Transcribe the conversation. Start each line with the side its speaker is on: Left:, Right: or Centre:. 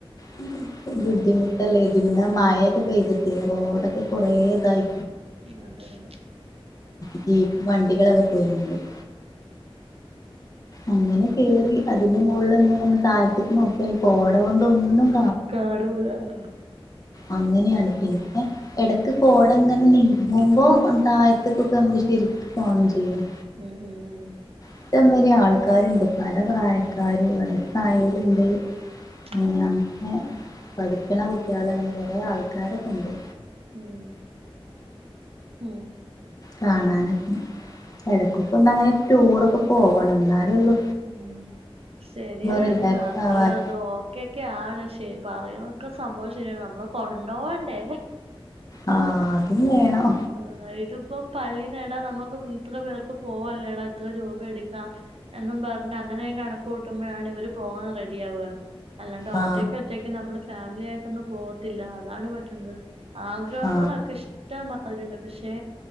Left: <inaudible> ബുദ്ധിമുട്ടല്ലേ ഇത്, പിന്നെ മഴക്കെ പെയ്തിട്ട് റോഡൊക്കെ കുറേ ഇതായി
Right: അതെ, അതെ
Left: ജീപ്പ്, വണ്ടികളൊക്കെ പോയികാണ്ട് <inaudible> അങ്ങനെ കേറി അതിന്റെ മോള്നിന്നിങ്ങനെ താഴത്ത്ക്ക് നോക്കിയാല് കോട കൊണ്ടൊന്നും
Right: കേടു <unintelligible> ആഹ്.
Left: അങ്ങനെയാണ്. പിന്നെ എടക്ക് കോടങ്ങനെ നീങ്ങുമ്പോ ഒന്ന് താഴത്ത്ക്കൊക്കെ നമുക്ക് ശെരിക്കും കാണും ചെയ്യും
Right: ഹ്മ്മ്, ഹ്മ്മ് ഹ്മ്മ്
Left: ഇഷ്ട്ടംമാരി ആൾക്കാര്ണ്ട്. പല പ്രായക്കാര് വയസ്സായോല്ണ്ട്.
Right: ഉം
Left: പിന്നെ <unintelligible> പഠിക്ക്ണ കുട്ടിയേള്, അങ്ങനെ കൊറെ ആൾക്കാരൊക്കെണ്ട്.
Right: ഹ്മ്മ് <inaudible> ഹ്മ്മ്
Left: കാണാനൊക്കെ എടക്കൊക്ക ങ്ങനെ ടൂറൊക്കെ പോവണം ഇ ന്നാലേള്ളൂ
Right: ഉം ശരിയാണ്
Left: റിലാക്സ്
Right: അത്
Left: ആവാൻ
Right: അത് ഓക്കെൊക്കെ ണ് പറയുന്നൊക്കെ സംഭവം ശരിയാണ് നമ്മളെ കൊണ്ടോവണ്ടേ
Left: ആ അതും വേണം
Right: ആഹ് ഇത് ഇപ്പം പള്ളിടാ വടെ മ്മക്ക് ഇത്ര പേർക്ക് പോവല്ലടാ ഇത്ര രൂപ എടുക്കാം എന്നും പറഞ്ഞ അങ്ങനെ കണക്ക് കൂട്ടുമ്പോഴാണ് ഇവര് പോകാൻ റെഡിആവാ അല്ലാണ്ട് ഒറ്റക്ക്
Left: ആ
Right: ഒറ്റക്ക് നമ്മള് ഫാമിലി ആയിട്ടൊന്നും പോകത്തില്ല അതാണ് പറ്റണത് ആഗ്രഹങ്ങളൊ
Left: ആ
Right: ഷ്ട്ട മാതിരിണ്ട് പക്ഷേ